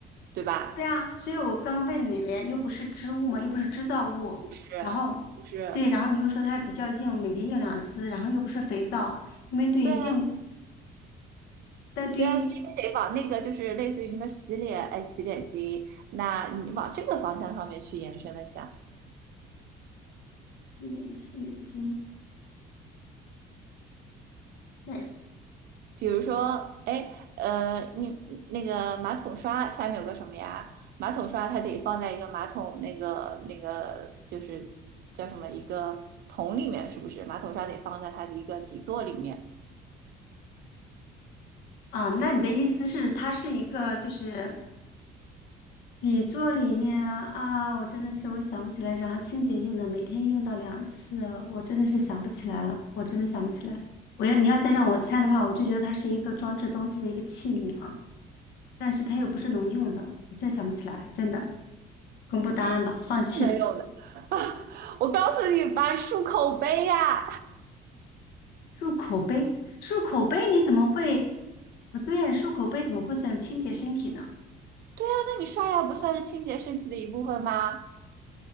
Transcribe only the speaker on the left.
对啊，所以我刚刚问你了呀，又不是织物嘛，又不是织造物，
然后，
对，然后你又说它比较硬，每天用两次，然后又不是肥皂，因为对于硬，
但对于洗
脸洗脸巾，那也
啊，那你的意思是它是一个就是底座里面啊，啊我真的是我想不起来，然后清洁用的，每天用到两次，我真的是想不起来了，我真的想不起来。我要你要再让我猜的话，我就觉得它是一个装置东西的一个器皿啊。但是它又不是能用的，我现在想不起来了，真的。公布答案吧，放弃了。
漱口杯，漱口杯你怎么会？不对呀，漱口杯怎么会算清洁身体呢？